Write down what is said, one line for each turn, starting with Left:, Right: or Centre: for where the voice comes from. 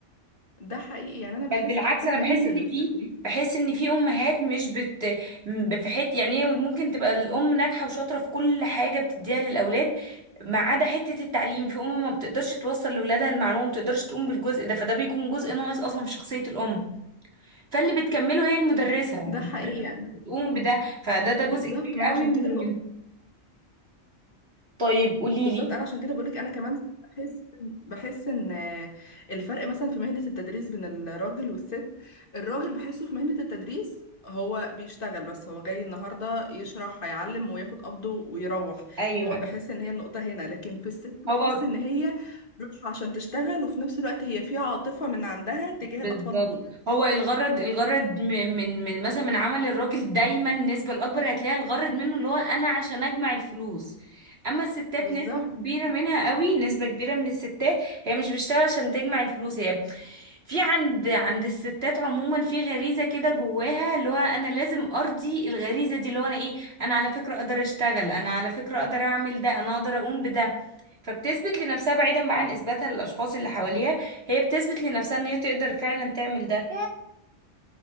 Left: ده حقيقي يعني انا بحس
Right: بل بالعكس
Left: حتى
Right: انا
Left: في
Right: بحس
Left: مهنة التدريس
Right: ان في بحس ان في امهات مش بت ب- في حته يعني ممكن تبقى الام ناجحه وشاطره في كل حاجه بتديها للاولاد ما عدا حته التعليم في ام ما بتقدرش توصل لاولادها المعلومه ما بتقدرش تقوم بالجزء ده فده بيكون جزء ناقص اصلا في شخصيه الام فاللي بتكمله هي المدرسه يعني
Left: ده حقيقي
Right: المدرسه
Left: يعني
Right: بتقوم بده فده ده جزء
Left: بالظبط
Right: كبير
Left: ما أنا
Right: قوي
Left: عشان
Right: من
Left: كده
Right: من- طيب قولي
Left: بالظبط
Right: لي
Left: انا عشان كده بقولك انا كمان بحس بحس ان الفرق مثلا في مهنة التدريس بين الراجل والست الراجل بحسه في مهنة التدريس هو بيشتغل بس هو جاي النهارده يشرح هيعلم وياخد قبضه ويروح
Right: ايوه
Left: هو بحس ان هي النقطة هنا لكن في الست بحس
Right: هو
Left: ان هي رايحة عشان تشتغل وفي نفس الوقت هي في عاطفة من عندها تجاه
Right: بالظبط
Left: الاطفال دول
Right: هو الغرض الغرض م- من من مثلا من عمل الراجل دايما النسبة الأكبر هتلاقي الغرض منه اللي هو أنا عشان أجمع الفلوس أما الستات
Left: بالظبط
Right: نسبة كبيرة منها قوي نسبة كبيرة من الستات هي مش بتشتغل عشان تجمع الفلوس هي في عند عند الستات عموما في غريزة كده جواها اللي هو أنا لازم أرضي الغريزة دي اللي هو أنا إيه أنا على فكرة أقدر أشتغل أنا على فكرة أقدر أعمل ده أنا أقدر أقوم بده فبتثبت لنفسها بعيدا بقى عن اثباتها للاشخاص اللي حواليها هي بتثبت لنفسها ان هي تقدر فعلا تعمل ده